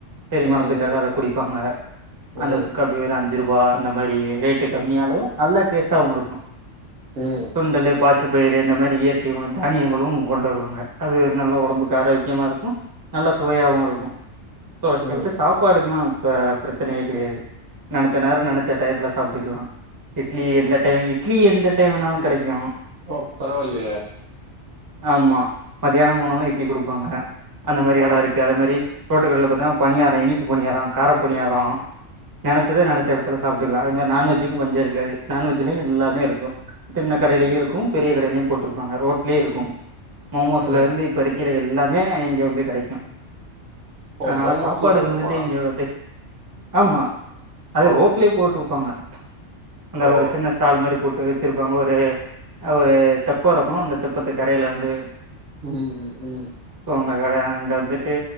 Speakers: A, on the right (about 25°); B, on the right (about 60°).
A: செரிமானத்துக்காக
B: ம் ம்
A: அத குடிப்பாங்க அந்த
B: ம் ம்
A: சுக்காப்பி வெரு அஞ்சு ரூபா இந்த மாரி ரேட்டு கம்மியாலே நல்லா டேஸ்ட்டாவு இருக்கு
B: ம்
A: சுண்டலு பாசிபயறு இந்த மாரி இயற்கை உணவு தானியங்களும் கொண்டு வருவாங்க அது நல்லா ஒடம்புக்கு ஆரோக்கியமா இருக்கு நல்ல சுவையாவு இருக்கு சோ இங்கவந்து
B: ம்
A: சாப்பாடுக்குலா பெரச்சனையே கெடயாது நெனச்ச நேரோ நெனச்ச டயத்துல சாப்டுக்கலா இட்லி எந்த டை இட்லீ எந்த டைம் வேனாலு கெடைக்கு
B: ஓ பரவாயில்லயே
A: ஆம்மா மதியானோ போனாலூ இட்லி கொடுப்பாங்க அந்த மாறி
B: ஆ
A: எடோ இருக்கு அதே மாறி ரோட்டுகடைல பாத்தன பணியாரோ இனிப்பு பணியாரோ கார பணியாரோ நெனச்சத நெனச்ச எடத்துல சாப்டுக்கலா அது மாறி நான்வெஜ்ஜுக்கு பஞ்ஞோ இருகாது நான்வஜ்லயூ எல்லாமேயிருக்கு சின்ன கடைலயூ இருக்கு பெரிய கடைலையூ போட்ருப்பாங்க ரோட்லேயு இருக்கு மோமோஸ்ஸுலருந்து
B: ம்
A: இப்போ இரிக்கிற எல்லாமே இங்க வந்து கெடைக்கு
B: ஓ
A: அதனால
B: மோமோஸ்லாம்
A: சாப்பாடுக்கு
B: இருக்குமா
A: வந்துட்டு இங்கதை ஆம்மா அது
B: ஓ
A: ரோட்லே போட்டு வப்பாங்க அந்த
B: ஓ
A: ஒரு சின்ன தால் மாறி போட்டு வச்சுருப்பாங்க ஒரூ ஒரு தெப்பருக்ககு அந்த தெப்பத்து கரைல வந்து
B: ம்
A: ஸோ அந்த கட அங்க வந்துட்டு